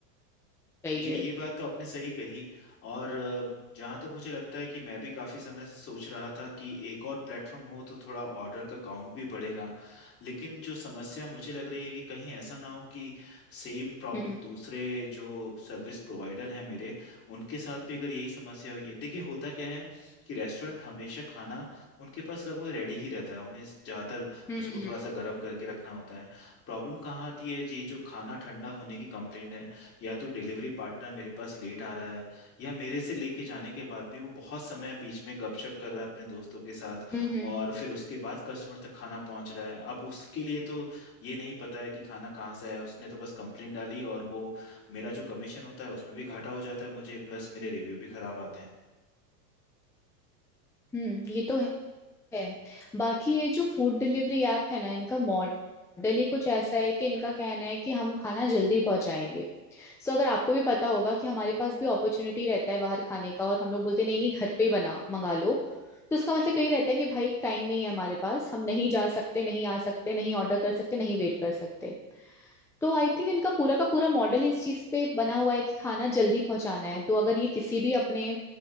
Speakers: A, in the centre; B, on the left (about 25°).
A: चाहिए
B: जी ये बात तो आपने सही कही और अ, जहाँ तक मुझे लगता है कि मैं भी काफ़ी समय से सोच रहा था कि एक और प्लेटफॉर्म हो तो थोड़ा ऑर्डर का काउंट भी बढ़ेगा लेकिन जो समस्या मुझे लग रही है कि कहीं ऐसा ना हो कि सेम प्रॉब्लम
A: हम्म
B: दूसरे जो सर्विस प्रोवाइडर हैं मेरे उनके साथ भी अगर यही समस्या हुई है देखिए होता क्या है कि रेस्टोरेंट हमेशा खाना उनके पास लगभग रेडी ही रहता है उन्हें ज़्यादातर
A: हम्म
B: उसको
A: हम्म
B: थोड़ा सा गर्म करके रखना होता है प्रॉब्लम कहाँ आती है जी जो खाना ठंडा होने की कंप्लेंट है या तो डिलीवरी पार्टनर मेरे पास लेट आ रहा है या मेरे से लेके जाने के बाद भी वो बहुत समय बीच में गपशप कर रहा है अपने दोस्तों के साथ
A: हम्म हम्म,
B: और फिर उसके बाद कस्टमर तक खाना पहुंच रहा है अब उसके लिए तो ये नहीं पता है कि खाना कहाँ से आया उसने तो बस कंप्लेन डाली और वो मेरा जो कमीशन होता है उसमें भी घाटा हो जाता है मुझे प्लस मेरे रिव्यू भी खराब आते हैं
A: हम्म, ये तो है बाकी ये जो फूड डिलीवरी ऐप है ना इनका मॉडल ही कुछ ऐसा है कि इनका कहना है कि हम खाना जल्दी पहुंचाएंगे सो अगर आपको भी पता होगा कि हमारे पास भी अपॉर्चुनिटी रहता है बाहर खाने का और हम लोग बोलते हैं, नहीं नहीं घर पे ही बना मंगा लो तो इसका मतलब यही रहता है कि भाई टाइम नहीं है हमारे पास हम नहीं जा सकते नहीं आ सकते नहीं ऑर्डर कर सकते नहीं वेट कर सकते तो आई थिंक इनका पूरा का पूरा मॉडल ही इस चीज पे बना हुआ है कि खाना जल्दी पहुंचाना है तो अगर ये किसी भी अपने